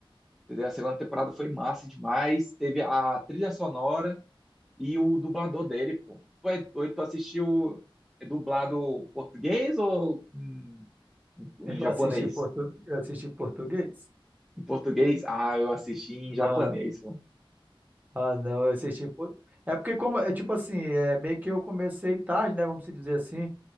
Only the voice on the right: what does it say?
<laughs> Eu
assisti portu... eu assisti português.
Ah,
ah, não, eu assisti por... É porque como é tipo assim, é meio que eu comecei tarde, né, vamos se dizer assim.